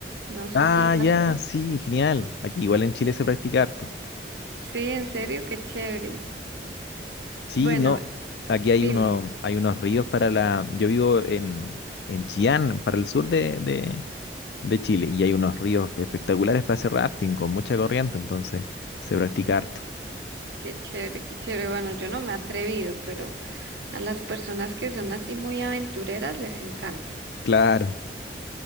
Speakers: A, on the right (about 80°); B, on the left (about 70°).
A: No sé
B: Ah,
A: si lo
B: ya,
A: has oído.
B: sí, genial. Aquí igual en Chile se practica harto.
A: Sí, en serio, qué chévere.
B: Sí,
A: Bueno,
B: no. Aquí
A: dime,
B: hay uno, hay unos ríos para la. Yo vivo en, en Chillán, para el sur de, de, de Chile, y hay unos ríos espectaculares para hacer rafting con mucha corriente, entonces se practica harto.
A: qué chévere, qué chévere. Bueno, yo no me he atrevido, pero a las personas que son así muy aventureras les encanta.
B: Claro.